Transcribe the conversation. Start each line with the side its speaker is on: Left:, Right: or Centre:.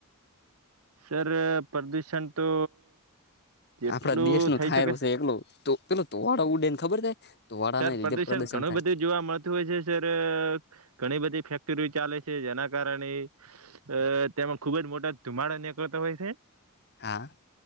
Right: સર પ્રદુષણ તો જેટલું
Left: આપડા દેશનું
Right: થઈ
Left: થાય
Right: શકે
Left: રુ છે એટલું તો પેલો ધુમાડો ઉડે ને ખબર છે? ધુવાડાના
Right: સર
Left: લીધે
Right: પ્રદુષણ
Left: પ્રદર્શન
Right: ઘણું
Left: થાય.
Right: બધું જોવા મળતું હોય છે, સર ઘણી બધી ફેક્ટરીઓ ચાલે છે જેના કારણે, અ તેમાં ખુબ જ મોટા ધુમાડા નીકળતા હોય છે.
Left: હા.